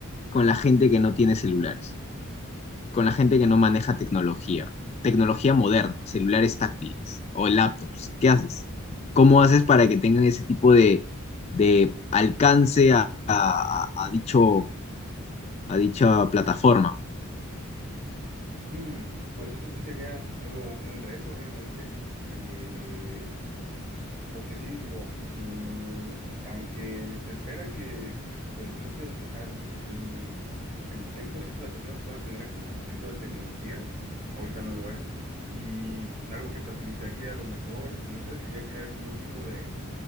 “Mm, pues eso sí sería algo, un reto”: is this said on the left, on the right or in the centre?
Right